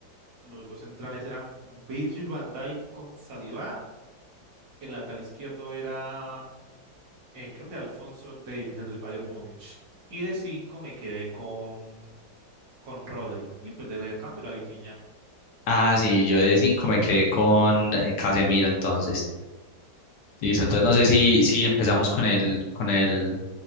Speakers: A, on the right (about 70°); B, on the left (about 65°).
A: los dos centrales eran Virgil van Dijk con Saliba, el lateral izquierdo era eh, creo que Alfonso Davies, el del Bayern Múnich, y de cinco me quedé con, con Rodri, y pues de cambio la Vitinha.
B: Ah, sí, yo de cinco me quedé con eh, Casemiro entonces. Listo, entonces no sé si, si empezamos con el, con el,